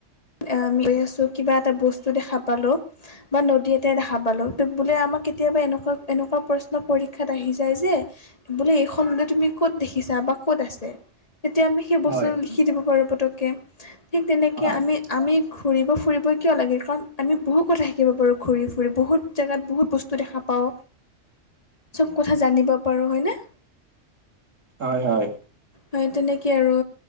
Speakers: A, on the left (about 30°); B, on the right (about 80°).
A: আম লে আছোঁ কিবা এটা বস্তু দেখা পালো বা নদী এতে দেখা পালোঁ, ত বোলে আমাক কেতিয়াবা এনেকুৱা এনেকুৱা প্ৰশ্ন পৰীক্ষাত আহি যায় যে বোলে এইখনতে তুমি ক'ত দেখিছা বা ক'ত আছে? তেতিয়া আমি সেই
B: হয়
A: বস্তুটো লিখি দিব পাৰোঁ পটককে ঠিক তেনেকে
B: হয়
A: আমি আমি ঘূৰিব - ফুৰিব কিয় লাগে কাৰণ আমি বহু কথা শিকিব পাৰোঁ ঘূৰি - ফুৰি বহুত জেগাত বহুত বস্তু দেখা পাওঁ। চব কথা জানিব পাৰোঁ হয়নে?
B: হয় হয়।
A: হয় তেনেকে আৰু